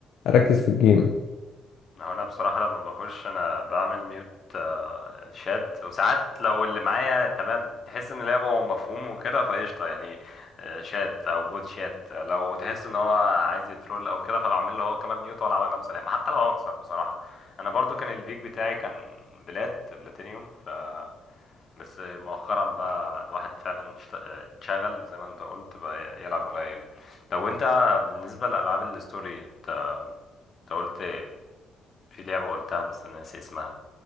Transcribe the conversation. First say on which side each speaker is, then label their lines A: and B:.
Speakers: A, on the left; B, on the left.
A: اركز في الجيم
B: هو انا بصراحة لما بخش انا بعمل ميوت آه، شات وساعات لو اللي معايا تمام تحس ان لعبه مفهوم وكده فقشطة يعني آه، شات او بوت شات آه، لو تحس ان هو عايز يترول او كده فبعمل له هو كمان ميوت والعب انا بسلام حتى لو هخسر بصراحة انا برضو كان البيك بتاعي كان بلات بلاتينيوم ف بس مؤخرا بقى الواحد فعلا اشت- اتشغل زي ما انت قلت بقى يلعب قليل طب وانت بالنسبة لألعاب الستوري انت انت قلت في لعبة قلتها بس انا ناسي اسمها